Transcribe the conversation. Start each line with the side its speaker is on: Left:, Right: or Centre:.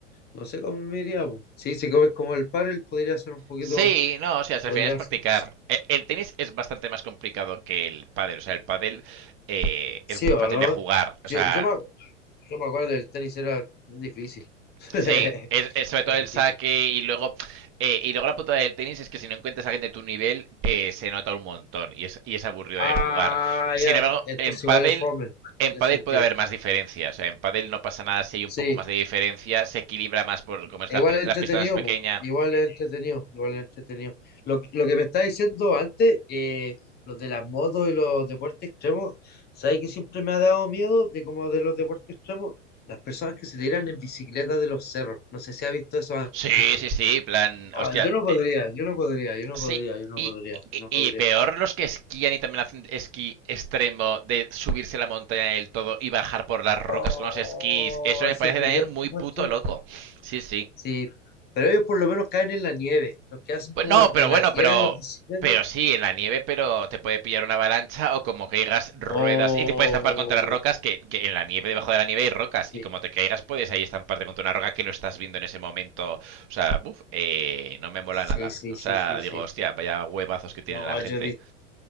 Left: no sé cómo me iría. po. Sí, si comes como el pádel podría ser un poquito,
Right: Sí, no, o sea, al
Left: podría
Right: final es practicar.
Left: ser que sí.
Right: E- El tenis es bastante más complicado que el pádel, o sea, el pádel eh,
Left: Sí
Right: es muy
Left: o
Right: fácil
Left: no.
Right: de jugar, o
Left: Yo,
Right: sea,
Left: yo me, yo me acuerdo del tenis era difícil. <laughs>
Right: sí, es, es sobre todo
Left: Es
Right: el
Left: difícil.
Right: saque y luego eh, y luego la putada del tenis es que si no encuentras a alguien de tu nivel eh, se nota un montón y es, y es aburrido
Left: Ah,
Right: de jugar. Sin
Left: ya.
Right: embargo,
Left: Entonces
Right: en pádel
Left: igual es fome
Right: en
Left: en
Right: pádel
Left: ese sentido.
Right: puede haber más diferencias, o sea, en pádel no pasa nada si hay
Left: Sí,
Right: un poco más de diferencia, se equilibra más por como es
Left: Igual
Right: la, pl-
Left: es
Right: la
Left: entretenido,
Right: pista más pequeña.
Left: po. Igual es entretenido, igual es entretenido. Lo, lo que me estaba diciendo antes, eh, los de las motos y los deportes extremos, ¿sabes que siempre me ha dado miedo de como de los deportes extremos? Las personas que se tiran en bicicleta de los cerros. No sé si has visto eso
Right: Sí,
Left: antes.
Right: sí, sí, plan, hostia,
Left: Ah, yo no podría,
Right: eh,
Left: yo no podría, yo no
Right: Sí,
Left: podría, yo no
Right: y,
Left: podría,
Right: y-
Left: yo no
Right: y
Left: podría.
Right: peor los que esquían y también hacen esquí extremo de subirse a la montaña del todo y bajar por las rocas
Left: Oh,
Right: con los esquís. Eso me
Left: esos
Right: parece
Left: videos
Right: también muy
Left: que muestran.
Right: puto loco. Sí, sí.
Left: Sí, pero ellos por lo menos caen en la nieve. Los que hacen
Right: Pues
Left: como
Right: no,
Left: en,
Right: pero
Left: en
Right: bueno,
Left: la tierra
Right: pero...
Left: en las bicicletas.
Right: Pero sí, en la nieve, pero te puede pillar una avalancha o como caigas ruedas
Left: Oh,
Right: y te puedes estampar contra las rocas, que, que en la nieve, debajo de la nieve hay rocas,
Left: Sí,
Right: y como te caigas puedes ahí estamparte contra una roca que no estás viendo en ese momento. O sea, buf, eh, no me mola
Left: sí,
Right: nada.
Left: sí,
Right: O
Left: sí,
Right: sea,
Left: sí,
Right: digo,
Left: sí.
Right: hostia, vaya huevazos que tiene
Left: No,
Right: la gente.
Left: yo he visto,